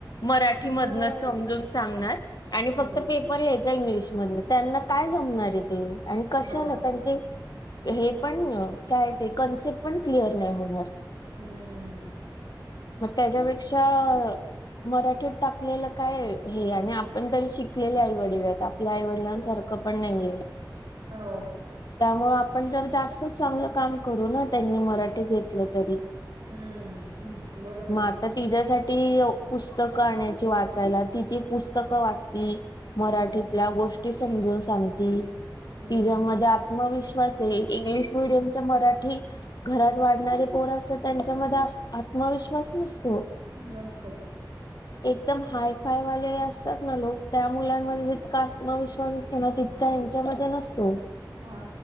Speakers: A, on the left; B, on the right.
A: मराठीमधूनच
B: मराठी
A: समजून सांगणार आणि
B: हम्म
A: फक्त पेपर लिहायचं इंग्लिश मध्ये त्यांना काय जमणार आहे ते आणि कशाला
B: हो
A: त्यांचे हे पण काय ते कन्सेप्ट पण क्लिअर नाही होणार
B: हम्म
A: मग त्याच्यापेक्षा मराठीत टाकलेलं काय हे आणि आपण तरी शिकलेले आईवडील आहेत आपल्या आईवडिलांसारखं पण नाहीये
B: हो
A: त्यामुळे आपण जर जास्तच चांगलं काम करू ना त्यांनी मराठी घेतलं तरी
B: हम्म, हं, बरोबर
A: मग
B: आहे.
A: आता तिच्यासाठी ती पुस्तकं आणायची वाचायला ति पुस्तकं वाचती मराठीतल्या
B: हं,
A: गोष्टी समजून सांगती
B: हं.
A: तिच्यामध्ये आत्मविश्वास इंग्लिश मीडियम चा मराठी घरात वाढणारे पोर असं त्यांच्यामध्ये आत्मविश्वास नसत
B: नसतो
A: एकदम हाय फाय वाले असतात ना लोक त्या मुलांमध्ये जितका आत्मविश्वास असतो ना तितका यांच्या मध्ये नसतो
B: हा